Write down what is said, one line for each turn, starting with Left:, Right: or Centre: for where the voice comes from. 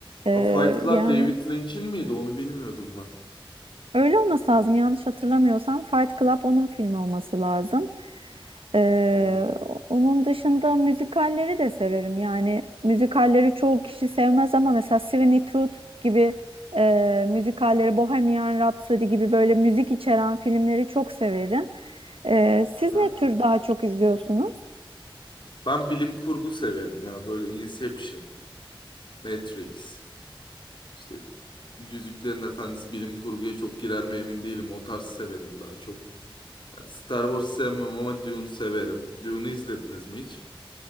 Right: Ee,
Left: A Fight Club
Right: yani
Left: David Lynch'in miydi? Onu bilmiyordum ben.
Right: öyle olması lazım. Yanlış hatırlamıyorsam Fight Club onun filmi olması lazım. Ee,
Left: Hmm.
Right: onun dışında müzikalleri de severim. Yani müzikalleri çoğu kişi sevmez ama mesela Sweeney Todd gibi e, müzikalleri, Bohemian Rhapsody gibi böyle müzik içeren filmleri çok severim. Ee, siz
Left: aha.
Right: ne tür daha çok izliyorsunuz?
Left: Ben bilim kurgu severim ya. Böyle Inception, Matrix, işte Yüzüklerin Efendisi bilim kurguya çok girer mi emin değilim. O tarz severim daha çok. Star Wars sevmem ama Dune severim. Dune'u izlediniz mi hiç?